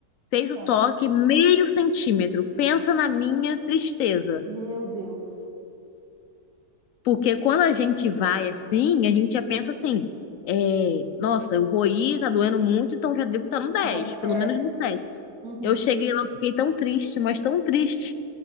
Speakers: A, on the left; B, on the right.
A: Fez
B: Tá.
A: o toque meio centímetro. Pensa na minha tristeza.
B: Meu Deus.
A: Porque quando a gente vai assim, a gente já pensa assim: é, nossa, eu vou ir, tá doendo muito, então já devo estar no 10
B: Já...
A: pelo
B: É.
A: menos no 7.
B: Uhum.
A: Eu cheguei lá, fiquei tão triste, mas tão triste.